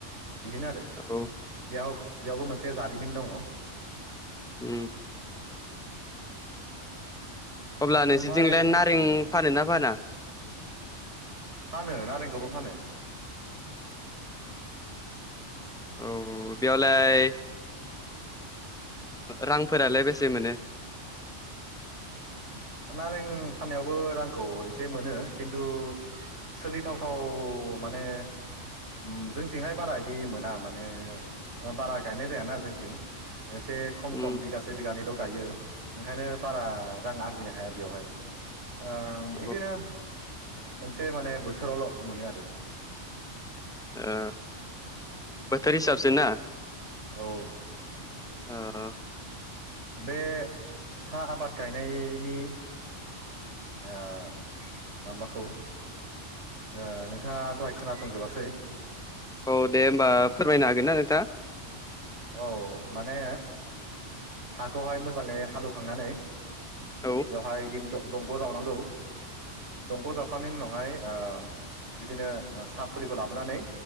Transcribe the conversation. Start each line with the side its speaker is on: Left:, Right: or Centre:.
Right: बिदिनो आरो।
Centre: औ
Right: बेयाव बेयावबो मोनसे जारिमिन दङ।
Centre: उम अब्ला नोंसोरथिंलाय
Right: ओमफ्राय
Centre: नारें फानो ना फाना?
Right: फानो नारेंखौबो फानो।
Centre: औ बेयावलाय ओ रांफोरालाय बेसे मोनो?
Right: ओ नारें फाननायावबो रांखौ एसे मोनो खिन्थु सोलिथावथाव माने उम जोंथिंहाय बारा इदि मोना माने ओ बारा गायनाय जायाना जोंथिं एसे खम
Centre: उम
Right: खम बिगासे बिगानैल' गायो ओंखायनो बारा रां आरजिनो हाया बेवहाय। ओ इदिनो
Centre: औ
Right: ओ मोनसे माने बोथोरावल' मोनो आरो
Centre: ओ बोथोर हिसाबसो ना
Right: औ
Centre: ओ ओ
Right: बे साहा आबाद गायनायनि ओ माबाखौ ओ नोंथाङा दहाय खोनासंजोबासै
Centre: औ दे होमबा फोरमायनो हागोन ना नोंथां?
Right: औ माने हाखौहाय मोजाङै हालेवखांनानै
Centre: औ
Right: बेवहाय दिनथ' दंग' जावनांगौ। दंग' जावखानायनि उनावहाय ओ बिदिनो ओ साहा फुलिखौ लाबोनानै